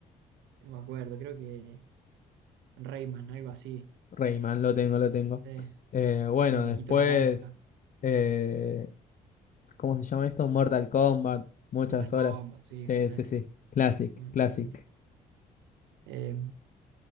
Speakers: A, on the right; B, on the left.
A: No me acuerdo, creo que. Rayman, algo así.
B: Rayman, lo tengo, lo tengo.
A: Sí.
B: Eh,
A: El
B: bueno,
A: Muñequito
B: después
A: naranja.
B: eh, ¿Cómo se llama esto? Mortal Kombat, muchas
A: Mortal Kombat,
B: horas.
A: sí,
B: Sí,
A: fanático.
B: sí, sí. Classic,
A: Fanático,
B: classic.
A: fanático. Eh,